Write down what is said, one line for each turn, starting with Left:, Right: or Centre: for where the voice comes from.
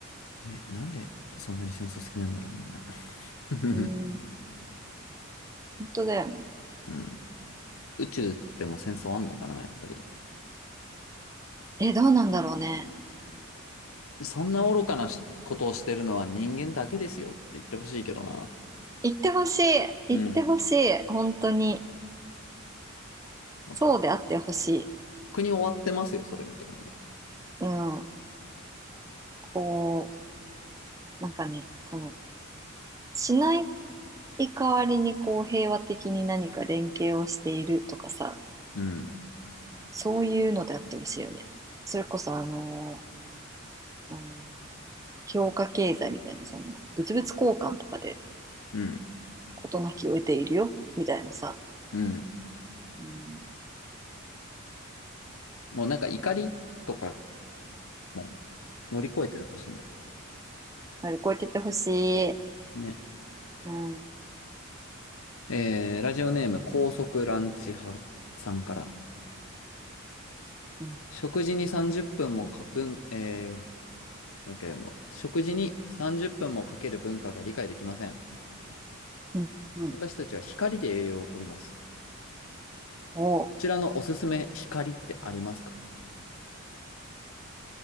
Left: ね、なんでそんなに戦争好きなんだろう、みんな。<laughs>
Right: うん。本当だよね。
Left: うん。宇宙でも戦争あんのかな、やっぱり。
Right: え、どうなんだろうね。
Left: そんな愚かなしことをしてるのは人間だけですよって言ってほしいけどな。
Right: 行ってほしい。行ってほしい。
Left: うん。
Right: 本当に。
Left: もうとっ
Right: そうであってほしい。
Left: くに終わってますよ、それみたいなね。
Right: うん。こう。なんかね、その、しない代わりにこう平和的に何か連携をしているとかさ、
Left: うん。
Right: そういうのであってほしいよね。それこそあの、うん評価経済みたいな、その、物々交換とかで
Left: うん。
Right: 事なきを得ているよ、みたいなさ、
Left: うん。
Right: うん、
Left: もうなんか怒りとかも乗り越えてほしいな。
Right: 乗り越えてってほしい。
Left: ね。
Right: うん、
Left: えー、ラジオネーム高速ランチ派さんから。
Right: うん、
Left: 食事に30分もか、文、えー、もう一回読むわ。食事に30分もかける文化が理解できません。
Right: うん、うん。
Left: 私たちは光で栄養をとります。こ
Right: おう
Left: ちらのおすすめ光ってありますか